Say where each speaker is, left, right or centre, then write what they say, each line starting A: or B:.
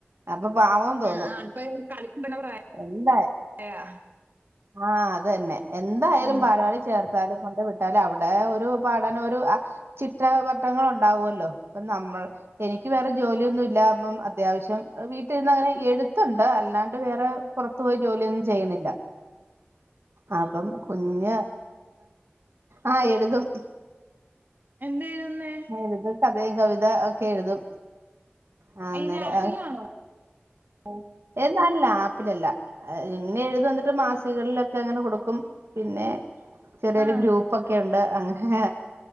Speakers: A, on the right; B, on the right.
A: അപ്പൊ പാവം തോന്നും
B: ആഹ് അപ്പൊ കളിക്കണ പ്രായം
A: എന്താ
B: അല്ല്യാ
A: ആഹ് അതന്നെ എന്തായാലും
B: ആഹ്
A: ബാലവാടി ചേർ കൊണ്ടു വിട്ടാലും അവിടെ ഒരു പഠനൊരു ചിട്ടാവട്ടങ്ങൾ ഉണ്ടാവുമല്ലോ ഇപ്പൊ നമ്മൾ എനിക്ക് വേറെ ജോലിയൊന്നും ഇല്ല അപ്പം അത്യാവശ്യം വീട്ടിന്ന് അങ്ങനെ എഴുത്തൊണ്ട് അല്ലാണ്ട് വേറെ പുറത്തു പോയി ജോലിയൊന്നും ചെയ്യുന്നില്ല അപ്പം കുഞ്ഞ് ആ എഴുതും
B: എന്ത് എഴുതുന്നേ
A: എഴുതും കഥയും കവിത ഒക്കെ എഴുതും ആ
B: അയിന്
A: അന്നേരം
B: ആപ്പിളാണോ ഓ
A: ഏതണല്ല ആപ്പിളല്ല ഇങ്ങനെ എഴുതും എന്നിട്ട് മാസികകളിലൊക്കെ അങ്ങനെ കൊടുക്കും പിന്നെ ചെറിയൊരു
B: ആഹ്
A: ഗ്രൂപ്പൊക്കെ ഉണ്ട് അങ്ങനെ